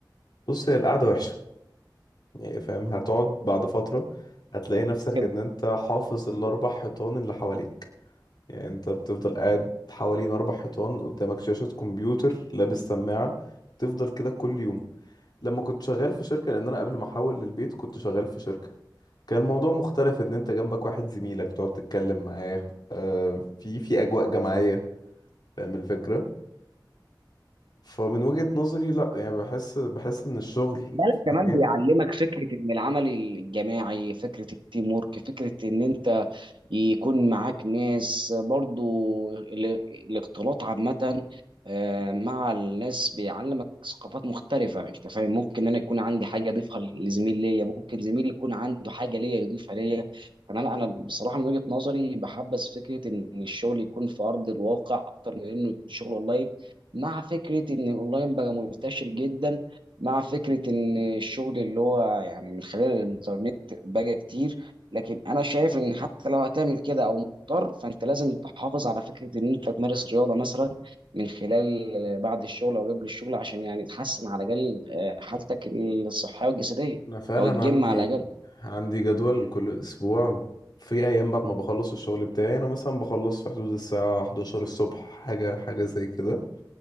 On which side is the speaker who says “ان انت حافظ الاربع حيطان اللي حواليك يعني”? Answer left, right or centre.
Left